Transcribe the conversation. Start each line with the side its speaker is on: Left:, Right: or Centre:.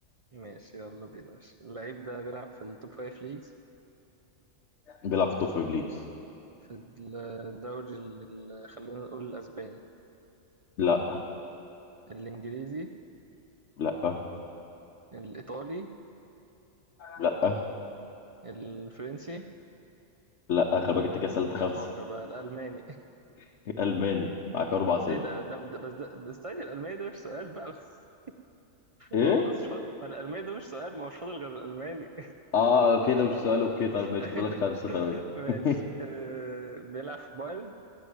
Right: ماشي يلا بينا ماشي اللعيب ده بيلعب في التوب فايف ليجز
Left: بيلعب في التوب فايف ليجز
Right: في الدوري ال- خلينا نقول الاسباني
Left: لا
Right: الانجليزي
Left: لا
Right: الايطالي
Left: لا
Right: الفرنسي
Left: لا خباجة كده سألت
Right: انا
Left: خمسة
Right: فقر بقى الالماني
Left: <laughs> ألماني معاك أربع أسئلة
Right: ايه ده ده, ده بس ده, ده استني الالماني ده مش سؤال بقى <laughs> بس
Left: إيه؟
Right: ما خلصش فاضل الالماني ده مش سؤال ما هو مش فاضل غير الالماني
Left: آه كده مش سؤال أوكي طيب ماشي
Right: <laughs>
Left: فاضلك خمسة تمام <laughs>
Right: ماشي آه بيلعب في بايرن